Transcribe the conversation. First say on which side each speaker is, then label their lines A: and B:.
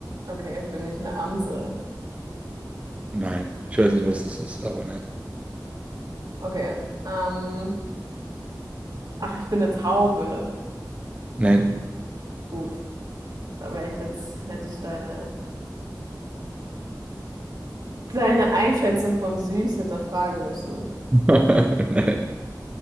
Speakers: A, on the right; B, on the right.
A: okay, bin ich eine Amsel?
B: Nein. Ich weiß nicht, was das ist, aber nein.
A: Okay. Ähm, ach, ich bin eine Taube.
B: Nein.
A: Gut, da wäre ich jetzt, hätte ich deine, deine Einschätzung von süß hinterfragen müssen.
B: <laughs> Nein,